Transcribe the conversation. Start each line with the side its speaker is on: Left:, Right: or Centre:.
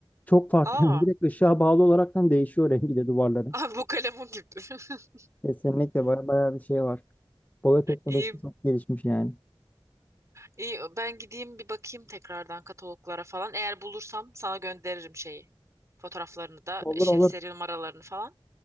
Left: Çok farklı.
Right: Aa,
Left: <laughs> Direkt ışığa bağlı olaraktan değişiyor rengi de duvarların.
Right: <laughs> Aa, bu kalemun gibi. <laughs>
Left: Kesinlikle baya baya bir şey var. Boya teknolojisi
Right: İyi
Left: çok gelişmiş yani.
Right: İyi, ben gideyim bir bakayım tekrardan kataloglara falan. Eğer bulursam sana gönderirim şeyi. Fotoğraflarını da,
Left: Olur
Right: işte
Left: olur.
Right: seri numaralarını falan.